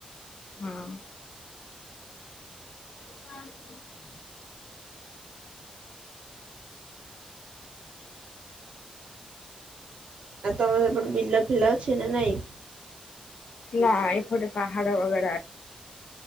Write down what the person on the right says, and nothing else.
ଆଉ ତମର ସେପଟେ ବିଲ ଫିଲ ଅଛି ନା ନାଇଁ?